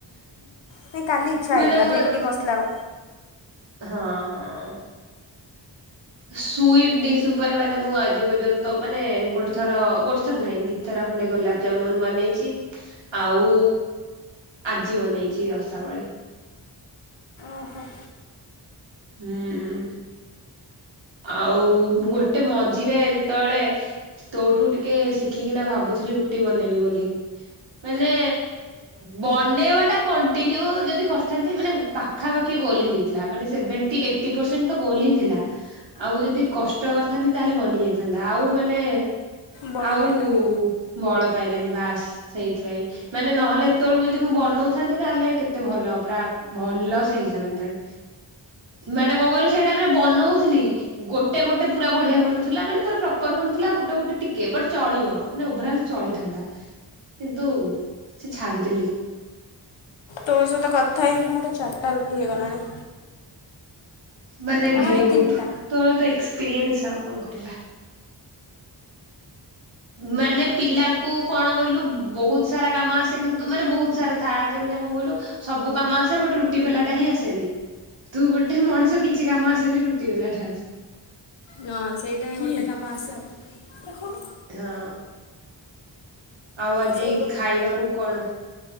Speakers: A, on the left; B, on the right.
A: ନାଇଁ କାଲି ଇଚ୍ଛା
B: ମାନେ
A: ହେଥିଲା
B: ମୁଁ
A: ଭେଣ୍ଡି ମସ୍ଲା
B: ହଁ ହଁ ସୁଇଟ୍ ଡିସ୍ ଉପରେ ମାନେ ମୁଁ ଆଜି ପର୍ଯ୍ୟନ୍ତ ମାନେ ଗୋଟେ ଥର ଗୋଟେ ଥର ନାହିଁ ଦି ଥର ଖଣ୍ଡେ ଗୋଲାପ ଜାମୁନ୍ ବନେଇଚି ଆଉ ଆଜି ବନେଇଚି ରସାବଳୀ
A: ଓହୋ
B: ହୁଁ ଆଉ ଗୋଟେ ମ ରେ ଯେତେବେଳେ ତୋଠୁ ଟିକେ ଶିଖିକିନା ଭାବୁଥିଲି ରୁଟି ବନେଇବି ବୋଲି ମାନେ ବନେଇବା ଟା କଣ୍ଟିନ୍ୟୁ ଯଦି କରିଥାନ୍ତି ମାନେ ପାଖାପାଖି ଗୋଲ ହେଇଯାଇଥିଲା ମାନେଭେ ଏ ପରସେଣ୍ଟ ତ ଗୋଲ ହିଁ ଥିଲା ଆଉ ଯଦି କଷ୍ଟ କରିଥାନ୍ତି ତାହେଲେ ବନିଯାଇଥାନ୍ତା ଆଉ ମାନେ
A: ବଳ
B: ଆଉ
A: ପାଇଲାନି।
B: ବଳ ପାଇଲାନି ବାସ୍ ସେଇଥିପାଇଁ ମାନେ ନହେଲେ ଏତେବେଳକୁ ଯଦି ମୁଁ ବନଉଥାନ୍ତି ତାହେଲେ କେତେ ଭଲ ପୁରା ଭଲ ସେ ହେଇ ସାରନ୍ତାଣି ମାନେ କଣ କହିଲୁ ସେଇଟା ବନଉଥିଲି ଗୋଟେ ଗୋଟେ ପୁରା ବଢିଆ ବନୁଥିଲା ମାନେ ପୁରା ପ୍ରପର ବନୁଥିଲା ଗୋଟେ ଗୋଟେ ଟିକେ ବଟ ଚଳିବ ମାନେ ଓଭର ଅଲ ଚଳିଥାନ୍ତା କିନ୍ତୁ ସେ ଛାଡିଦେଲି
A: ତୋ ସହିତ କଥା ହେଇକି ମୋରେ ଚାରିଟା ରୁଟି ହେଇଗଲାଣି।
B: ମାନେ
A: ଆମର
B: ଭେରି
A: ଏ
B: ଗୁଡ
A: ତିନିଟା।
B: ତର ତ ଏସପ ଆଉ କଣ କରିବା ମାନେ ପିଲାଙ୍କୁ କଣ କହିଲୁ ବହୁତ ସାରା କାମ ଆସେ କିନ୍ତୁ ମାନେ ବହୁତ ସାରା ଥାଆନ୍ତି ମାନେ କଣ କହିଲୁ ସବୁ କାମ ଆସେ ବଟ ରୁଟି ବେଲା ଟା ହିଁ ଆସେନି ତୁ ଗୋଟେ ମଣିଷ କିଛି କାମ ଆସେନି ରୁଟି ବେଲାଟା ଆସେ
A: ନ ସେଇଟା ଗୋଟେ କାମ ଆସ ଆଉ
B: ହଁ ଆଉ ଆଜି
A: ସେଇ ଗୋଟେ
B: ଖାଇବାକୁ କଣ